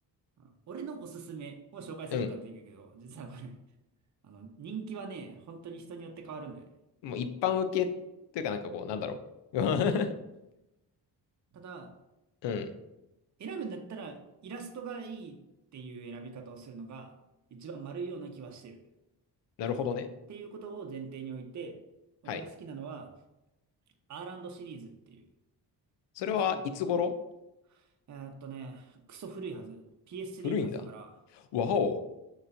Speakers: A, on the right; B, on the left.
A: あの俺のおすすめを紹介することはできるけど、
B: うん。
A: 実はこれ、<laughs> あの、人気はね、本当に人によって変わるんだよね。
B: もう一般受けっていうかなんかこう、なんだろう。<laughs>
A: うん。ただ、
B: うん。
A: 選ぶんだったら、イラストがいいっていう選び方をするのが、一番丸いような気はしてる。
B: なるほどね。
A: っていうことを前提において、俺が好きなのは、
B: はい。
A: アールアンドシリーズってい
B: それはいつ頃
A: う、シリーズの、えーっとね、クソ古いはず、PS3
B: 古いんだ。
A: のはずだから、
B: わお。